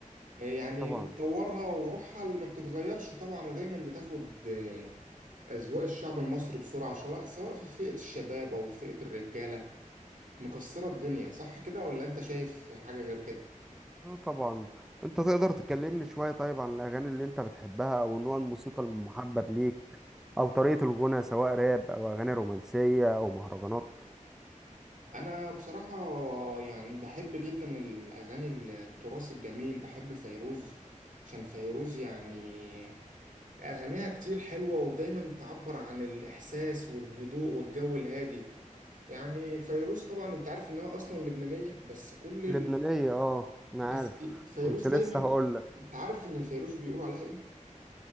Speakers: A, on the right; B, in the centre.
A: إيه يعني
B: طبعا
A: بتطورها وروحها اللي ما بتتغيرش طبعا ودايما بتاخد آه، اذواق الشعب المصري بسرعه سواء سواء في فئه الشباب او فئه الرجاله مكسره الدنيا صح كده ولا انت شايف حاجه غير كده
B: اه طبعا انت تقدر تكلمني شوية طيب عن الاغاني اللي انت بتحبها او نوع الموسيقى المحبب ليك او طريقة الغنى سواء راب او اغاني رومانسية او مهرجانات
A: انا بصراحة يعني بحب جدا الاغاني التراث الجميل بحب فيروز عشان فيروز يعني اغانيها كتير حلوة ودايما تعبر عن الاحساس والهدوء والجو الهادي يعني فيروز طبعا انت عارف انها اصلا لبنانية بس كل ال...
B: لبنانية اه انا
A: بس
B: عارف
A: فيروز
B: كنت
A: دايما
B: لسه هقولك
A: انت عارف ان فيروز بيقولوا عليها ايه